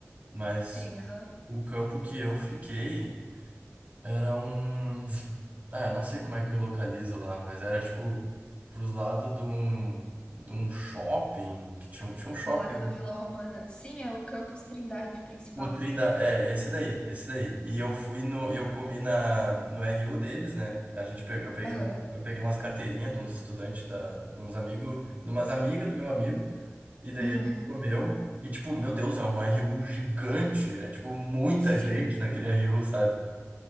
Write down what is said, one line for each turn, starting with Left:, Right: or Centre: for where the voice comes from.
Right: mas
Left: Tem, aham.
Right: o campo que eu fiquei. Era um. Ah, eu não sei como é que me localizo lá, mas era tipo pros lados de um, de um shopping, que tinha, um- tinha um shopping.
Left: Do lado do Vila Romana. Sim, é o campus Trindade principal.
Right: O Trindade, é, esse daí, esse daí. E eu fui no, e eu comi na, no RU deles, né? A gente, pe- eu peguei,
Left: Aham.
Right: um- eu peguei umas carteirinhas de uns estudantes, da, de uns amigos, de umas amigas do meu amigo, e daí
Left: Uhum.
Right: a gente comeu, e tipo, meu Deus, é um RU gigante, é tipo muita
Left: Sim.
Right: gente naquele RU, sabe?